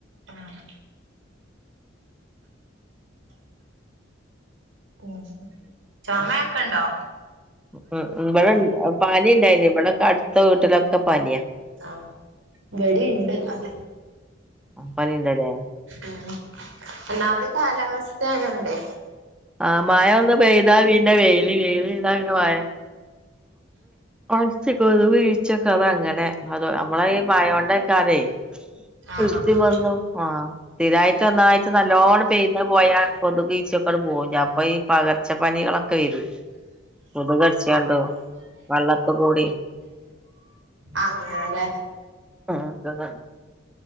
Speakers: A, on the right; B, in the centre.
A: ആഹ് ഉം ചൊമ ഒക്കെണ്ടോ
B: ഉംഉം ഇവിടെ പാനിണ്ടായിന് ഇവിടെക്കെ അടുത്ത വീട്ടിലൊക്കെ പനിയാ
A: ആഹ് വെടിണ്ട് അത്
B: പണിണ്ട്ലേ
A: ഉം ഒന്നാമത് കാലാവസ്ഥയായോണ്ടേ
B: ആഹ് മായ ഒന്ന് പെയ്താ പിന്ന വെയ്ല് വെയ്ല് ഇണ്ടാ മഴ ഉം <unintelligible> വീഴച്ചക്കെ അത അങ്ങനെ അതോ നമ്മളെ ഈ മയോണ്ടക്കാരെ
A: ആഹ്
B: കൃത്തി
A: ആഹ്
B: വന്നു ആഹ് സ്ഥിരായ്ട്ട് ഒന്നായ്ട്ട് നല്ലോണ്ട് പെയ്ത പോയാ കൊത്ക് ഈച്ച ക്കട് പോഉ ഞപ്പ ഈ പകർച്ച പനികളൊക്കെ വരും കൊത്കടിച്ചാണ്ടോ വെള്ളത് കൂടി
A: ആങ്ങന ലെ
B: ആ ഒക്കെണ്ടാവും.